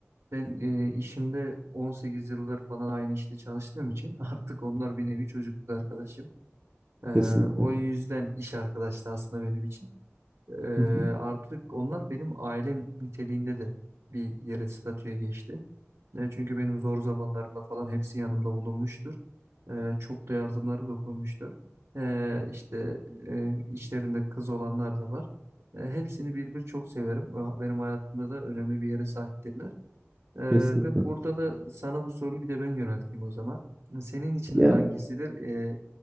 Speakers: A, on the right (about 75°); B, on the right (about 15°).
A: ben e, işimde 18 yıllar falan aynı işte çalıştığım için <laughs> artık onlar bir nevi çocukluk arkadaşım. Ee,
B: Kesinlikle.
A: o yüzden iş arkadaşlığı aslında benim için. Ee,
B: Hı hı.
A: artık onlar benim ailem niteliğinde de bir yere statüye geçti. Ne çünkü benim zor zamanlarımda falan hepsi yanımda bulunmuştur. Ee, çok da yardımları dokunmuştur. Ee, işte e, içlerinde kız olanlar da var. Ee, hepsini bir bir çok severim. Benim hayatımda da önemli bir yere sahiptirler. Ee,
B: Kesinlikle.
A: ve burada da sana bu soruyu bir de ben yönelteyim o zaman. Senin için
B: Ya
A: hangisidir? Ee,